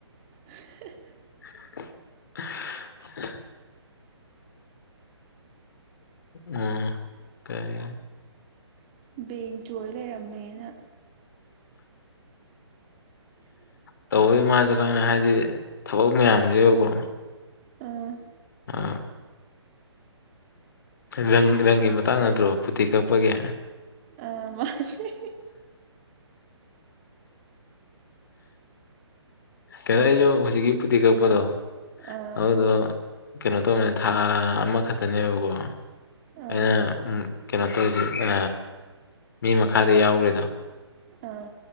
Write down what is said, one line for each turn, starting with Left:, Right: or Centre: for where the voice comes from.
Right: <inaudible>
Left: <inaudible> ꯎꯝ ꯇꯥꯢ
Right: ꯕꯦꯡ ꯆꯣꯏ ꯂꯩꯔꯝꯃꯦꯅ
Left: ꯇꯧꯕꯩ ꯃꯥꯁꯨ ꯈꯪꯉꯦ ꯍꯥꯏꯗꯤ ꯊꯕꯛ ꯃꯌꯥꯝꯁꯤꯀꯣ
Right: ꯑꯥ
Left: ꯑ ꯔꯪ ꯔꯪꯒꯤ ꯃꯇꯥꯡ ꯅꯠꯇ꯭ꯔꯣ ꯐꯇꯤ ꯀꯛꯄꯒꯤ
Right: ꯑꯥ ꯃꯥꯅꯦ
Left: ꯎ ꯀꯩꯅꯣ ꯑꯩꯁꯨ ꯍꯧꯖꯤꯛꯀꯤ ꯄꯨꯇꯤ ꯀꯛꯄꯗꯣ
Right: ꯑꯥ
Left: ꯑꯗꯨꯗꯣ ꯀꯩꯅꯣ ꯇꯧꯅꯦ ꯊꯥ ꯑꯃꯈꯛꯇꯅꯦꯕꯀꯣ
Right: ꯑꯥ
Left: ꯑꯩꯅ ꯀꯩꯅꯣ ꯇꯧꯔꯤꯁ ꯃꯤ ꯃꯈꯥꯗ ꯌꯥꯎꯈ꯭ꯔꯦꯗ
Right: ꯑꯥ